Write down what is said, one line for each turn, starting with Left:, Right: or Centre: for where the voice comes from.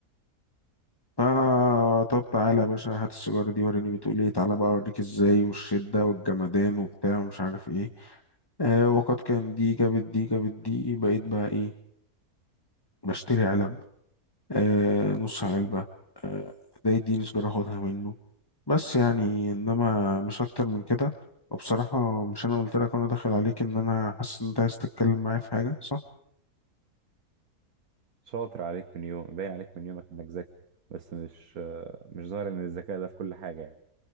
Left: فا طب تعالى يا باشا هات السيجارة دي وريني بتقول إيه تعالى بقى أوريك إزاي والشدة والجمدان وبتاع ومش عارف إيه آه وقد كان دي جابت دي جابت دي بقيت بقى إيه بشتري علب آه نص علبة آه ده يديني سجارة اخدها منه بس يعني انما مش اكتر من كده وبصراحة مش انا قلت لك وانا داخل عليك ان انا حاسس ان انت عايز تتكلم معايا في حاجة صح؟
Right: شاطر عليك من يوم باين عليك من يومك انك ذكي بس مش مش ظاهر ان الذكاء ده في كل حاجة يعني